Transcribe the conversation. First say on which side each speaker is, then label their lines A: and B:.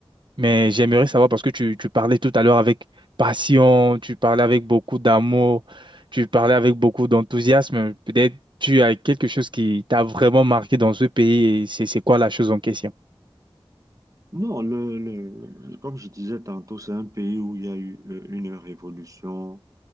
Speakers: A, on the right; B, on the right.
A: mais j'aimerais savoir parce que tu, tu parlais tout à l'heure avec passion, tu parlais avec beaucoup d'amour, tu parlais avec beaucoup d'enthousiasme. Peut-être tu as quelque chose qui t'a vraiment marqué dans ce pays et c'est c'est quoi la chose en question?
B: Non, le, le- le- comme je disais tantôt, c'est un pays où il y a eu euh, une révolution